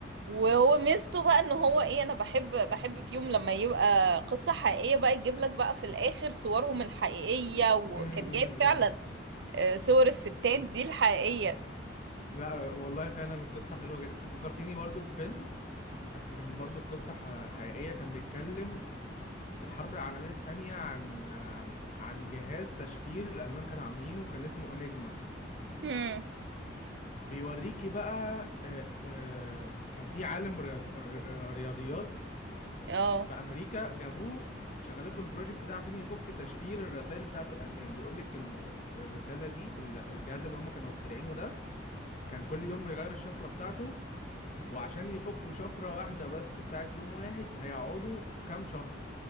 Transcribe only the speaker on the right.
وهو ميزته بقى ان هو ايه انا بحب بحب في يوم لما يبقى قصة حقيقية بقى يجيب لك بقى في الاخر صورهم الحقيقية وكان
جايب
فعلا آه، صور الستات دي الحقيقية
هم
اه